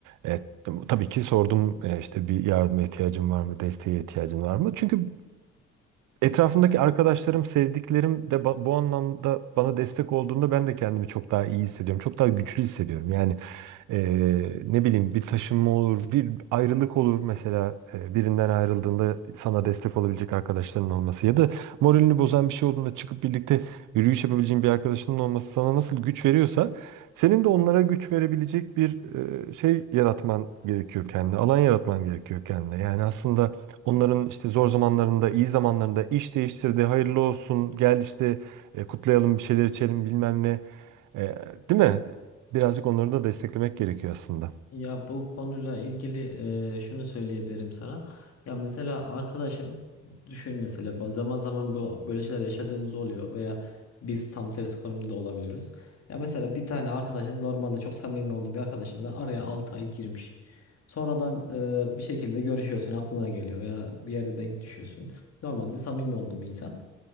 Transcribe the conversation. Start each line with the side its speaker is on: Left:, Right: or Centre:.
Right: E, tabii ki sordum e, işte bir yardıma ihtiyacın var mı, desteğe ihtiyacın var mı? Çünkü Etrafımdaki arkadaşlarım, sevdiklerim de ba- bu anlamda bana destek olduğunda ben de kendimi çok daha iyi hissediyorum. Çok daha güçlü hissediyorum. Yani Eee, ne bileyim bir taşınma olur, bir ayrılık olur mesela eee, birinden ayrıldığında sana destek olabilecek arkadaşların olması ya da moralini bozan bir şey olduğunda çıkıp birlikte yürüyüş yapabileceğin bir arkadaşının olması sana nasıl güç veriyorsa senin de onlara güç verebilecek bir eee, şey yaratman gerekiyor kendine, alan yaratman gerekiyor kendine. Yani aslında onların işte zor zamanlarında, iyi zamanlarında iş değiştirdi, hayırlı olsun, gel işte e, kutlayalım bir şeyler içelim bilmem ne. E, değil mi? Birazcık onları da desteklemek gerekiyor aslında.
Left: Ya bu konuyla ilgili e, şunu söyleyebilirim sana. Ya mesela arkadaşın düşün mesela ba- zaman zaman bu böyle şeyler yaşadığımız oluyor veya biz tam tersi konumda da olabiliyoruz. Ya mesela bir tane arkadaşın normalde çok samimi olduğum bir arkadaşınla araya 6 ay girmiş. Sonradan e, bir şekilde görüşüyorsun aklına geliyor ya bir yerde denk düşüyorsun. Normalde samimi olduğun bir insan.